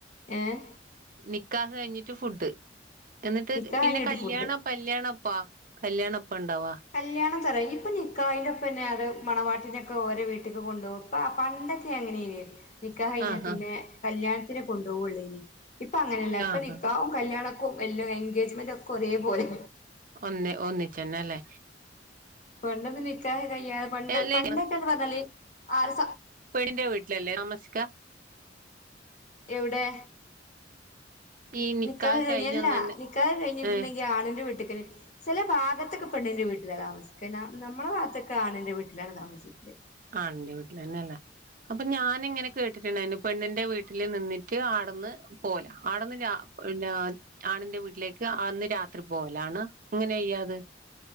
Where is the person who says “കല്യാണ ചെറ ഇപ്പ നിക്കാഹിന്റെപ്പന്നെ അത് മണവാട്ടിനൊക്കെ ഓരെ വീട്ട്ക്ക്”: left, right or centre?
Left